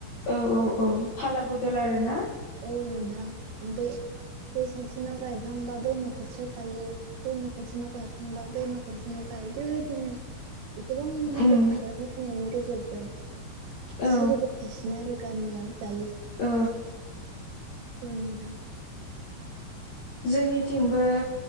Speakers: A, on the left (about 70°); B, on the right (about 75°).
A: औ औ औ फालला बोथल आरो ना।
B: औ नोंथां बे बे सासेनाव गायखांबा बै न'खरसो गायो। दै न'खरसेनो' गायखांबा दै न'खरसेनो गायो। बेबायदिनो गोबां मदद
A: उम
B: खालामलायनायनि गेजेरजों
A: औ
B: सोलिबोगासिनो आरो। गानियाव दायो
A: ओ
B: बा
A: जोंनिथिंबो